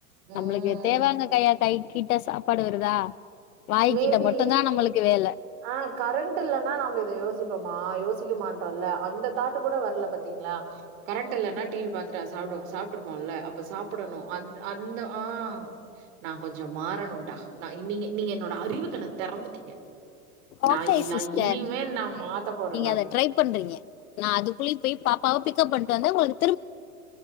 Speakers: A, on the right; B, on the left.
A: ம்
B: நம்மளுக்கு தேவேங்க கையாது கை கிட்ட சாப்பாடு வருதா வாய்கிட்ட
A: மேபி
B: மட்டுந்தா நம்மளுக்கு வேல
A: ஆ கரண்ட் இல்லனா நம்ப இத யோசிப்போமா யோஸ் சிக்கமாட்டோல்ல அந்த தாட்டு கூட வர்ல பாத்தீங்களா கரண்ட் இல்லன்னா டி வி பாத்துட்டா சாப்பிடுவோ சாப்பிட்ரு நல்ல அப்ப சாப்பிடணு அ அந்த ஆ நான் கொஞ்சோ மாறணும்டா நா இன்னிங்கி நீங்க என்னோட அறிவுக் கண்ண தெறந்துட்டீங்க
B: ஓக்கே
A: நா நா
B: சிஸ்டர்
A: இனிமேல் நா மாத்த போறே
B: நீங்க
A: நான்
B: அத ட்ரை பண்றீங்க நா அதுக்குள்ளே போய் பாபாவ பிகப் பண் வந்து ஒங்ளுக்கு